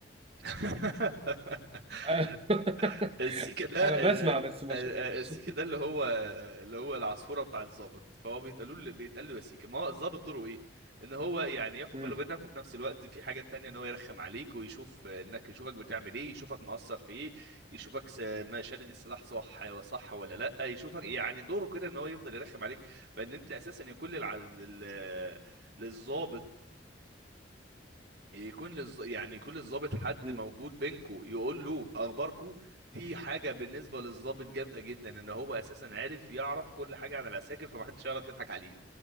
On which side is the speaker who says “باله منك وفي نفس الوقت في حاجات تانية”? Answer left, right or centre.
Right